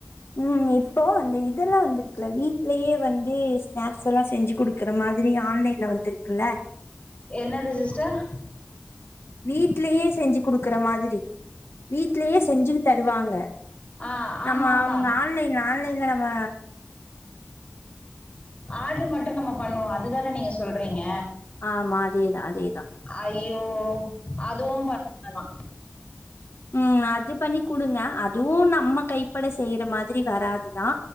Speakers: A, on the left; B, on the left.
A: ம் இப்போ அந்த இதெல்லா வந்துருக்குல வீட்லயே வந்து ஸ்நாக்ஸ் எல்லா செஞ்சு குடு க்ற மாதிரி ஆன்லைன்ல வந்துருக்குல்ல
B: என்னது சிஸ்டர்
A: வீட்லயே செஞ்சு குடுக்குற மாதுரி வீட்லயே செஞ்சு தருவாங்க
B: ஆ ஆமாமா.
A: நம்ம அவங்க ஆன்லைன் ஆன்லைன்ல நம்ம
B: ஆட்ரு மட்டு நம்ம பண்ணுவோ அதுதானே நீங்க சொல்றீங்க
A: ஆமா அதேதா அதேதா
B: அய்யோ அதுவு ப ஆலா
A: ம் அது பண்ணி கொடுங்க அதுவு நம்ம கைப்பட செய்யற மாதிரி வராதுதா